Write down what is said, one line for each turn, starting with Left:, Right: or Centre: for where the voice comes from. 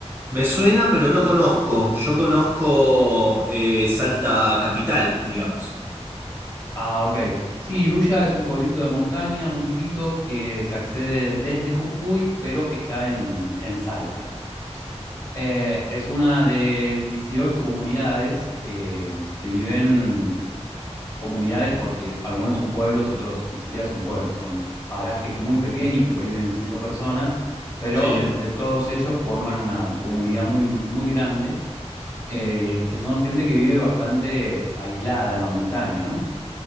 Right: Me suena, pero no conozco. Yo conozco eh, Salta Capital, digamos.
Left: Ah, ok. Sí, Iruya es un pueblito de montaña muy chiquito que se accede desde Jujuy, pero que está en, en Salta. Eh, es una de 18 comunidades que, que viven comunidades porque algunos son pueblos, otros ni siquiera son pueblos, son parajes muy pequeños que por ahí viven cinco personas, pero
Right: sí.
Left: entre todos ellos forman una comunidad muy, muy grande, eh, que son gente que vive bastante aislada en la montaña, ¿no?